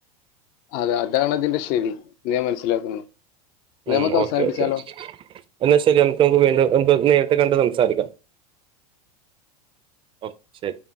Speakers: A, on the left; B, on the right.
A: അതെ അതാണ് അതിന്റെ ശരി- എന്ന് ഞാൻ മനസ്സിലാക്കുന്നു. ഇത്
B: ഉ
A: നമുക്ക് അവസാനിപ്പിച്ചാലോ
B: ഓക്കെ, ഓക്കെ എന്നാ ശരി. നമുക്ക് വീണ്ടും നേരിട്ട് കണ്ട് സംസാരിക്കാം. കൊറച്ച്.